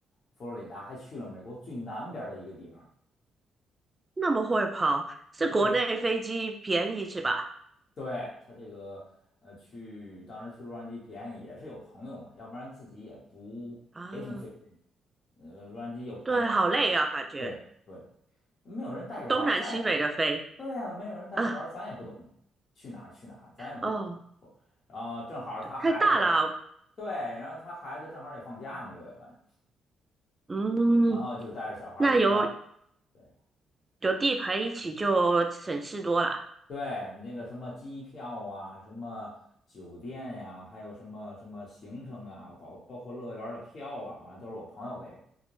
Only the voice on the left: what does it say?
佛罗里达，还去了美国最南边儿的一个地方。
对。对，他这个呃，去当时去洛杉矶便宜也是有朋友嘛，要不然自己也不也挺费劲
的呃，洛杉矶有朋友，
然后对对，
没有人带着玩儿咱也
对呀、没有人带着玩儿咱也不懂去哪儿去哪儿，
咱也不不。
然后正好他孩子也
对，然后他孩子正好也放假嘛，六月份，
然后就带着小孩儿一块儿。
对。
对，那个什么机票啊，什么酒店呀、还有什么什么行程啊，包包括乐园儿的票啊，反正都是我朋友给